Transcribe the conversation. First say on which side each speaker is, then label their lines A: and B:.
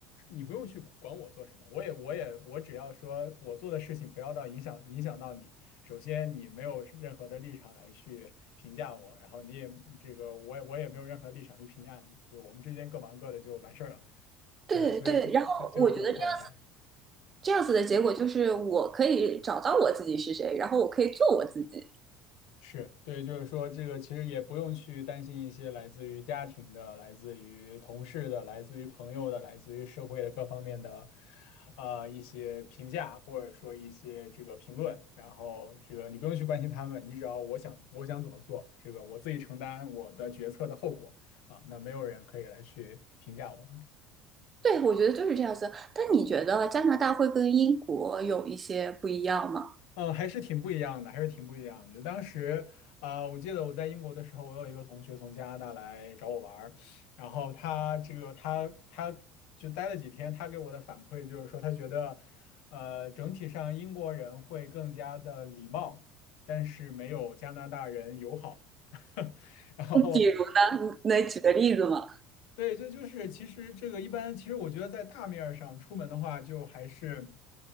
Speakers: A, on the left; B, on the right.
A: 你不用去管我做什么，我也我也我只要说我做的事情不要到影响影响到你。首先，你没有任何的立场来去评价我，然后你也这个我也我也没有任何立场去评价你，就是我们之间各忙各的就完事儿了。
B: 对对，
A: 啊，对，所以就就就是这种状态。
B: 然后我觉得这样这样子的结果就是我可以找到我自己是谁，然后我可以做我自己。
A: 是对，就是说这个其实也不用去担心一些来自于家庭的、来自于同事的、来自于朋友的、来自于社会的各方面的，呃，一些评价或者说一些这个评论。然后这个你不用去关心他们，你只要我想我想怎么做，这个我自己承担我的决策的后果啊，那没有人可以来去评价我。
B: 对，我觉得就是这样子。但你觉得加拿大会跟英国有一些不一样吗？
A: 嗯，还是挺不一样的，还是挺不一样的。就当时啊、我记得我在英国的时候，我有一个同学从加拿大来找我玩儿，然后他这个他他就待了几天，他给我的反馈就是说，他觉得呃整体上英国人会更加的礼貌，但是没有加拿大人友好。<laughs> 然后，
B: <laughs> 比如呢，你能举个例子吗？
A: 对，这就是其实这个一般，其实我觉得在大面儿上出门的话，就还是。